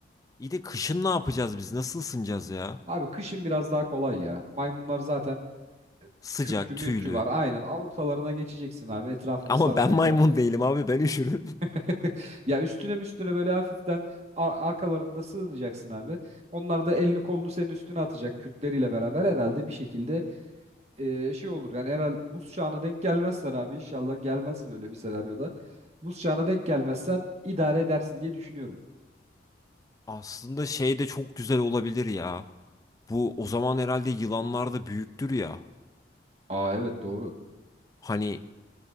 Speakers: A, on the left; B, on the right.
A: İyi de kışın ne yapacağız biz? Nasıl ısınacağız ya?
B: Abi kışın biraz daha kolay ya. Maymunlar zaten
A: Sıcak,
B: kürkü mürkü
A: tüylü.
B: var. Aynen al ortalarına geçeceksin abi. Etrafını
A: Ama
B: saracaklar.
A: ben maymun değilim abi, ben üşürüm.
B: <laughs> Ya üstüne üstüne böyle hafiften ar- arkalarında sığınacaksın abi. Onlar da elini kolunu senin üstüne atacak kürkleriyle beraber herhalde bir şekilde e, şey olur. Yani herhalde buz çağına denk gelmezsen abi inşallah gelmez böyle bir senaryoda. Buz çağına denk gelmezsen idare edersin diye düşünüyorum.
A: <laughs> Aslında şey de çok güzel olabilir ya. Bu o zaman herhalde yılanlar da büyüktür ya.
B: Aa evet doğru.
A: Hani